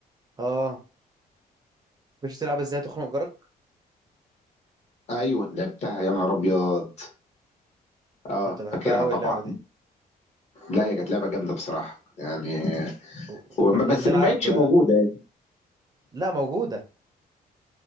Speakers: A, on the right; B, on the left.
A: اه مش بتلعب ازاي تخنق جارك
B: ايوه لعبتها يا نهار ابيض اه
A: كنت بحبها
B: فاكرها
A: قوي
B: طبعا
A: اللعبه دي
B: لا هي كانت لعبه جامده بصراحه يعني
A: و- وكنا
B: وما- بس
A: بنلعب
B: ما بقتش موجوده يعني.
A: لا موجوده